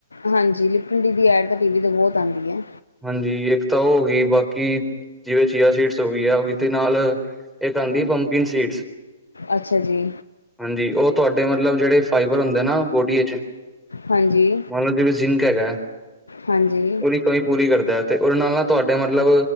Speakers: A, on the left; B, in the centre.
A: ਹਾਂਜੀ, ਲਿਪਟਨ ਡੀ ਦੀ ਐਡ ਤਾਂ ਟੀ ਵੀ ਤੋਂ ਬਹੁਤ ਆਂਦੀ ਐ।
B: ਹਾਂਜੀ, ਇੱਕ ਤਾਂ ਉਹ ਹੋ ਗਈ। ਬਾਕੀ ਜਿਵੇਂ ਚੀਆ ਸੀਟਸ ਹੋ ਗਈ ਆ ਹੋ ਗਈ ਤੇ ਨਾਲ ਇੱਕ ਆਂਦੀ ਪੰਕੀਨ ਸੀਟਸ,
A: ਅੱਛਾ ਜੀ
B: ਹਾਂਜੀ ਉਹ ਤੁਹਾਡੇ ਮਤਲਬ ਜਿਹੜੇ ਫਾਈਬਰ ਹੁੰਦੇ ਨਾ ਬੋਡੀ ਵਿੱਚ
A: ਹਾਂਜੀ
B: ਮੰਨ ਲੋ ਜਿਵੇ ਜਿਨਕ ਐਗਾ,
A: ਹਾਂਜੀ
B: ਉਹ ਕ ਪੂਰੀ ਕਰਦਾ ਤੇ ਉਹਦੇ ਨਾਲ-ਨਾਲ ਤੁਹਾਡੇ ਮਤਲਬ